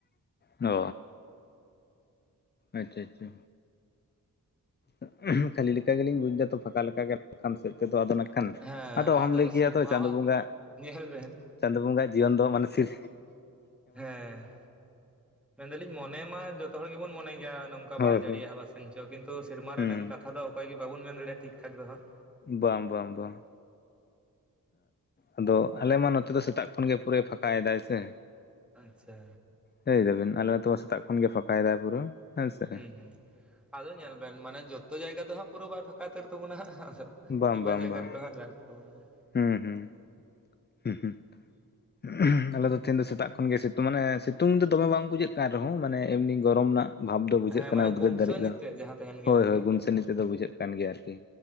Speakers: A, on the left; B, in the centre.
A: ᱚ......, ᱟᱪᱪᱷᱟ ᱟᱪᱪᱷᱟ᱾ <inaudible> ᱠᱷᱟᱹᱞᱤ ᱞᱮᱠᱟ ᱜᱮᱞᱤᱧ ᱵᱩᱡᱽ ᱮᱫᱟ ᱛᱚ ᱯᱷᱟᱠᱟ ᱞᱮᱠᱟ ᱜᱮ ᱪᱮᱛᱟᱱ ᱥᱮᱫ ᱛᱮᱫᱚ ᱟᱫᱚ᱾ ᱠᱟᱱ
B: ᱦᱮᱸ
A: ᱟᱫᱚ ᱚᱦᱚᱢ ᱞᱟᱹᱭ ᱠᱮᱭᱟ
B: ᱥᱮᱨᱢᱟᱣᱟᱜ
A: ᱛᱚ ᱪᱟᱸᱫᱚ ᱵᱚᱸᱜᱟ,
B: ᱧᱮᱞ ᱵᱮᱱ
A: ᱪᱟᱸᱫᱚ ᱵᱚᱸᱜᱟᱜ ᱡᱤᱭᱚᱱ ᱫᱚ ᱢᱟᱱᱮ ᱥᱤᱨᱼᱼ
B: ᱦᱮᱸ ᱢᱮᱱ ᱫᱟᱹᱞᱤᱧ ᱢᱚᱱᱮ ᱢᱟ ᱡᱚᱛᱚ ᱦᱚᱲ ᱜᱮᱵᱚᱱ ᱢᱚᱱᱮ ᱜᱮᱭᱟ ᱱᱚᱝᱼᱼ ᱚᱱᱠᱟ
A: ᱦᱳᱭ
B: ᱵᱟᱭ ᱡᱟᱹᱲᱤᱭᱟ
A: ᱦᱳᱭ
B: ᱵᱟᱥᱮᱱ ᱪᱚ ᱠᱤᱱᱛᱩ ᱥᱮᱨᱢᱟ
A: ᱦᱩᱸ
B: ᱨᱮᱱᱟᱝ ᱠᱟᱛᱷᱟ ᱫᱚ ᱚᱠᱚᱭ ᱜᱮ ᱵᱟᱵᱚᱱ ᱢᱮᱱ ᱫᱟᱲᱮᱭᱜ-ᱟ ᱴᱷᱤᱠ ᱴᱷᱟᱠ ᱫᱚ ᱦᱟᱸᱜ᱾
A: ᱵᱟᱝ ᱵᱟᱝ ᱵᱟᱝ᱾ ᱟᱫᱚ ᱟᱞᱮ ᱢᱟ ᱱᱚᱛᱮ ᱫᱚ ᱥᱮᱛᱟᱜ ᱠᱷᱚᱱᱜᱮ ᱯᱩᱨᱟᱹᱭ ᱯᱷᱟᱠᱟᱭᱮᱫᱟᱭ ᱥᱮ᱾
B: ᱟᱪᱪᱷᱟ᱾
A: ᱞᱟᱹᱭ ᱫᱟᱵᱤᱱ ᱟᱞᱮ ᱟᱛᱚ ᱢᱟ ᱥᱮᱛᱟᱜ ᱠᱷᱚᱱᱜᱮ ᱯᱷᱟᱠᱟᱭᱮᱫᱟᱭ ᱯᱩᱨᱟᱹ ᱦᱮᱸ ᱥᱮ᱾
B: ᱦᱩᱸ ᱦᱩᱸ ᱟᱫᱚ ᱧᱮᱞ ᱵᱮᱱ ᱢᱟᱱᱮ ᱡᱚᱛᱼᱼ ᱡᱚᱛᱚ ᱡᱟᱭᱜᱟ ᱫᱚ ᱦᱟᱸᱜ ᱯᱩᱨᱟᱹ ᱵᱟᱭ ᱯᱷᱟᱠᱟ ᱩᱛᱟᱹᱨ ᱛᱟᱵᱚᱱᱟᱦᱟᱸᱜ ᱟᱫᱚ
A: ᱵᱟᱝ
B: ᱢᱤᱫ ᱵᱟᱨ
A: ᱵᱟᱝ
B: ᱡᱟᱭᱜᱟ
A: ᱵᱟᱝ
B: ᱨᱮᱫᱚ ᱦᱟᱸᱜ ᱫᱟᱜᱽ ᱛᱟᱵᱚᱱ ᱜᱮᱭᱟ᱾
A: ᱦᱩᱸ ᱦᱩᱸ ᱦᱩᱸ ᱦᱩᱸ <unintelligible> ᱟᱞᱮ ᱫᱚ ᱛᱮᱦᱮᱧ ᱫᱚ ᱥᱮᱛᱟᱜ ᱠᱷᱚᱱᱜᱮ ᱥᱤᱛᱩᱝ ᱢᱟᱱᱮ ᱥᱤᱛᱩᱝ ᱫᱚ ᱫᱚᱢᱮ ᱵᱟᱝ ᱵᱩᱡᱷᱟᱹᱜ ᱠᱟᱱ ᱨᱮᱦᱚᱸ ᱢᱟᱱᱮ ᱮᱢᱱᱤ ᱜᱚᱨᱚᱢ ᱨᱮᱱᱟᱜ ᱵᱷᱟᱵᱽ ᱫᱚ ᱵᱩᱡᱷᱟᱹᱜ
B: ᱦᱮᱸ
A: ᱠᱟᱱᱟ
B: ᱢᱟᱱᱮ
A: ᱩᱫᱽᱜᱟᱹᱨ
B: ᱜᱩᱢᱥᱟᱱᱤ
A: ᱫᱷᱟᱲᱤᱡ ᱨᱮᱦᱚᱸ
B: ᱛᱮᱫ ᱡᱟᱦᱟᱸ ᱛᱟᱦᱮᱱ ᱜᱮᱭᱟ
A: ᱦᱳᱭ
B: ᱟᱨᱠᱤ
A: ᱦᱳᱭ ᱜᱩᱱᱥᱟᱱᱤ ᱛᱮᱫᱚ ᱵᱩᱡᱷᱟᱹᱜ ᱠᱟᱱ ᱜᱮᱭᱟ ᱟᱨᱠᱤ